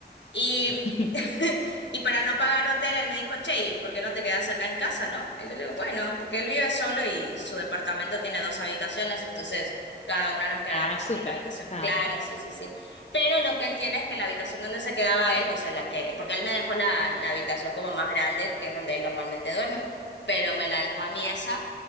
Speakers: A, on the left; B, on the left.
A: Y,
B: <laughs>
A: <laughs> y para no pagar hotel, él me dijo, che, ¿y por qué no te quedas acá en casa, no? Y yo le digo, bueno, porque él vive solo y su departamento tiene dos habitaciones, entonces cada uno nos quedábamos
B: Ah, súper.
A: en una habitación.
B: Ah,
A: Claro, sí, sí, sí. Pero lo que él tiene es que la habitación donde se quedaba él, o sea, la que, porque él me dejó la, la habitación como más grande, que es donde él normalmente duerme, pero me la dejó a mí esa,